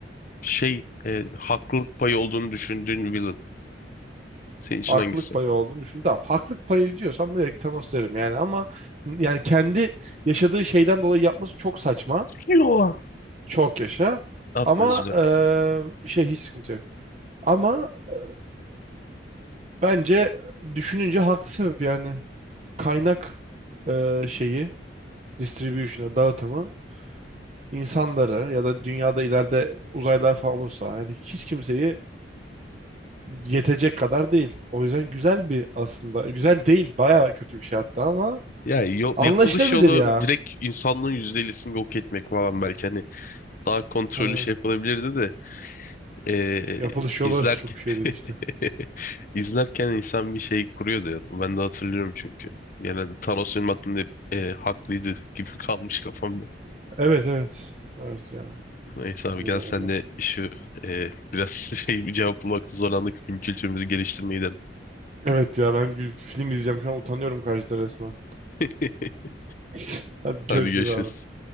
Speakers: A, on the left; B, on the right.
A: şey e, haklılık payı olduğunu düşündüğün villain senin için
B: Haklılık
A: hangisi?
B: payı olduğunu düşün. Tamam haklılık payı diyorsam direkt Thanos derim yani ama yani kendi yaşadığı şeyden dolayı yapması çok saçma.
A: Yo.
B: Çok yaşa.
A: Yapma
B: Ama
A: özür dilerim.
B: eee, şey hiç sıkıntı yok. Ama eee, bence düşününce haklı sebep yani. Kaynak eee, şeyi, distribution'a, dağıtımı insanları ya da dünyada ileride uzaylılar falan olursa yani hiç kimseyi yetecek kadar değil. O yüzden güzel bir aslında. Güzel değil, bayağı kötü bir şey hatta ama
A: Ya yol,
B: Anlaşılabilir
A: yapılış yolu
B: ya.
A: direkt insanlığın %50'sini yok etmek falan belki hani daha kontrollü
B: Aynen.
A: şey yapılabilirdi de Ee,
B: Yapılış yolu
A: izlerken
B: <laughs> çok şey
A: <laughs>
B: dedi işte.
A: izlerken insan bir şey kuruyordu ya. Ben de hatırlıyorum çünkü. Genelde Thanos benim aklımda hep, e, haklıydı gibi <laughs> kalmış kafamda.
B: Evet evet. Evet ya.
A: Neyse abi
B: Öyle
A: gel
B: de valla.
A: sen de şu e, biraz <laughs> şey bir cevap bulmakta zorlandık film kültürümüzü geliştirmeye gidelim.
B: Evet ya ben gü- film izleyeceğim. Şu an utanıyorum karşıda resmen.
A: <laughs>
B: <laughs> Hadi görüşürüz
A: Hadi görüşürüz.
B: abi.